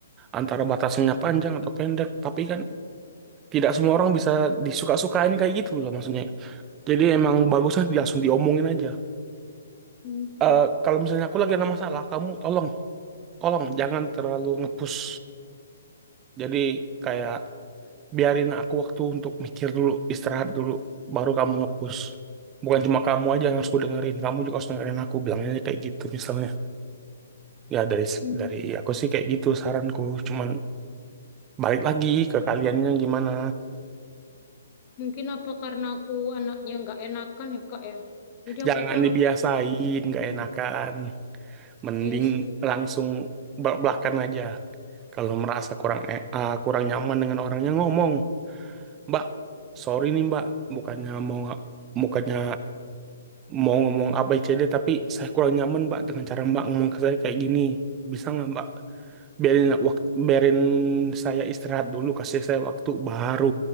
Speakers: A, on the right; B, on the left.
A: antara batasannya panjang atau pendek. Tapi kan tidak semua orang bisa disuka-sukain kayak gitu loh maksudnya. Jadi emang bagusnya langsung diomongin aja.
B: hmm,
A: Eh, kalau misalnya aku lagi ada masalah, kamu tolong, tolong jangan terlalu ngepush. Jadi kayak biarin aku waktu untuk mikir dulu, istirahat dulu, baru kamu ngepush. Bukan cuma kamu aja yang harus ku dengerin, kamu juga harus dengerin aku, bilangnya kayak gitu misalnya. Ya dari
B: hmm,
A: dari aku sih kayak gitu saranku, cuman balik lagi ke kaliannya gimana.
B: mungkin apa karena aku anaknya nggak enakan ya, Kak, ya. Jadi aku
A: Jangan
B: itu orangnya,
A: dibiasain, gak enakan. Mending
B: iya sih.
A: langsung belak-belakan aja. Kalau merasa kurang e- ah, kurang nyaman dengan orangnya ngomong, Mbak, sorry nih Mbak, bukannya mau bukannya mau ngomong ABCD tapi saya kurang nyaman Mbak dengan cara Mbak ngomong ke saya kayak gini. Bisa nggak Mbak biarin waktu biarin saya istirahat dulu, kasih saya waktu baru